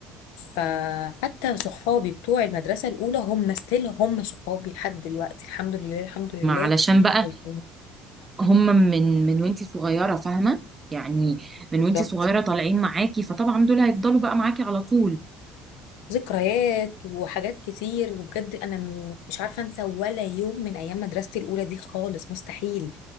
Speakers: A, on the left; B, on the right.
A: فحتى صحابي بتوع المدرسه الاولى هم ستيل هم صحابي لحد دلوقتي الحمد لله الحمد لله
B: ما علشان بقى
A: يعني
B: هم من من وانتي صغيرة فاهمة يعني من
A: بالظبط
B: وانتي صغيرة طالعين معاكي فطبعا دول هيفضلوا بقى معاكي على طول
A: ذكريات وحاجات كتير وبجد انا م- مش عارفه انسى ولا يوم من ايام مدرستي الاولى دي خالص مستحيل